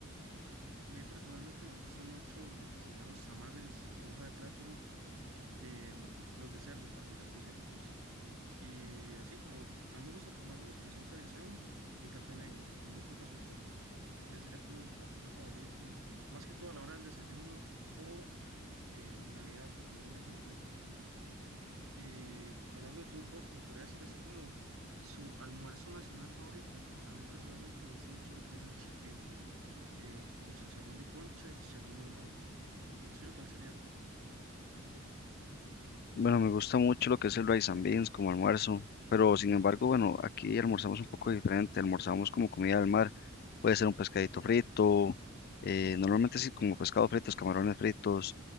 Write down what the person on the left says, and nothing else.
Bueno, me gusta mucho lo que es el rice and beans como almuerzo, pero sin embargo, bueno, aquí almorzamos un poco diferente, almorzamos como comida del mar, puede ser un pescadito frito, eh, normalmente sí como pescado fritos, camarones fritos,